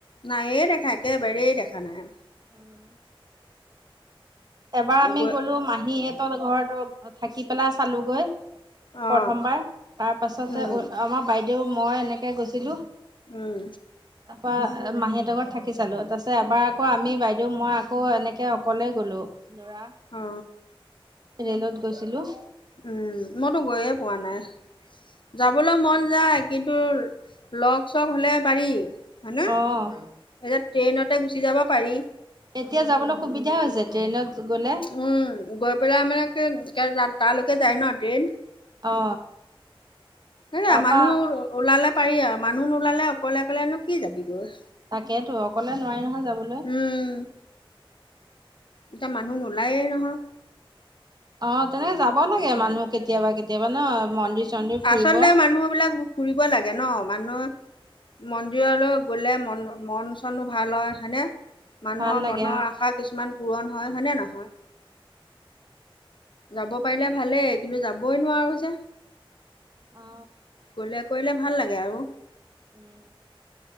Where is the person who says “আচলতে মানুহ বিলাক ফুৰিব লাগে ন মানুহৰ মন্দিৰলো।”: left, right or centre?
Left